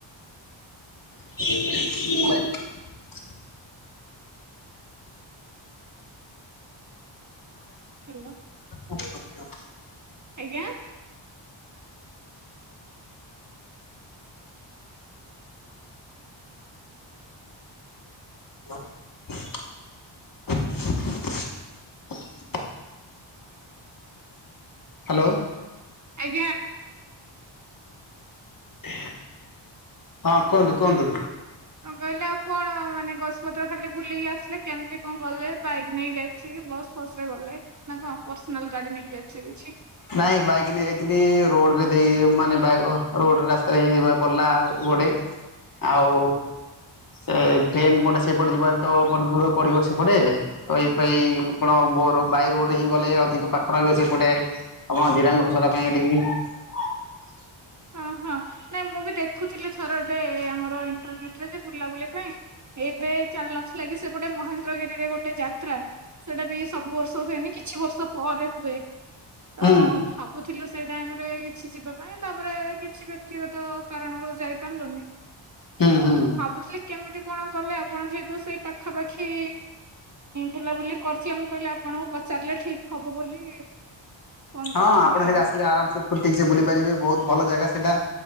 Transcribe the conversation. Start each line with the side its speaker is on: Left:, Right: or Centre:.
Left: <inaudible>
Right: ହେଲୋ।
Left: ସତ
Right: ଆଜ୍ଞା।
Left: <inaudible> ହ୍ୟାଲୋ।
Right: ଆ
Left: <inaudible> କୁହନ୍ତୁ।
Right: କହିଲେ ଆଉ କଣ ମାନେ ଗଛପତ୍ର ଖାଲି ବୁଲିକି ଆସିଲେ କେମିତି କଣ ଗଲେ? ବାଇକ୍ ନେଇକି ଯାଇଥିଲେ। କି ବସ୍ ଫସ ରେ ଗଲେ, ନା କଣ ପର୍ସନାଲ ଗାଡି ନେଇକି ଯାଇଥିଲେ କିଛି
Left: ନାଇଁ ବାଇକ୍ ନେଇ ଯାଇଥିଲି ରୋଡ ଦେଇ ମାନେ ରୋଡ ରାସ୍ତାରେ ହି ଯିବାକୁ ପଡିଲା। ଏପଟେ ଆଉ ସେ ଟ୍ରେନ ପଟେ ସେପଟେ ଯିବା ତ ଦୂର ପଡିବ। ସେପଟେ ତ ଏଇପ ଆପଣ ବାଇ ରୋଡରେ ହିଁ ଗଲେ ଅଧିକ ପାଖ ରହିବ। ସେପଟେ ଆପଣ ଜିରାଙ୍ଗ <unintelligible> ପାଇଁ
Right: ହଁ ହଁ, ନାଇଁ ମୁଁ ବି ଦେଖୁଥିଲି ଥରଟେ ଆମର ଇଣ୍ଟରନେଟରେ ଯେ ବୁଲାବୁଲି ପାଇଁ ଏବେ ଚାଲି ନଥିଲା କି ସେପଟେ ମହେନ୍ଦ୍ର ମୁଦ୍ରଗିରିରେ ଗୋଟେ ଯାତ୍ରା ସେଟା ବି ସବୁ ବର୍ଷ ହୁଏନି କିଛି ବର୍ଷ ପରେ ହୁଏ। ତ
Left: ହୁଁ
Right: ଭାବୁଥିଲୁ। ସେଇ ଟାଇମରେ କିଛି ଯିବା ପାଇଁ। ତାପରେ କିଛି ବ୍ୟକ୍ତିଗତ କାରଣରୁ ଯାଇ ପାରିଲୁନି।
Left: ହୁଁ
Right: ତ
Left: ହୁଁ
Right: ଭାବୁଥିଲି। କେମିତି କଣ କଲେ ଆପଣ ଯେହେତୁ ସେଇ ପାଖାପାଖି ବୁଲାବୁଲି କରି। ମ କହିଲ ଆଣ ପଚାରିଲେ ଠିକ୍। ହବ ବୋଲି। ଫୋନ
Left: ହଁ,
Right: କରିଥିଲି
Left: ଆପଣ ସେଠି
Right: ଆଉ
Left: ଆିଲେ ଆରାମସ ସେିକ ସେ ବୁଲି ପାରିବେ ବହୁତ। ଭଲ ଜାଗା ସେଇଟା।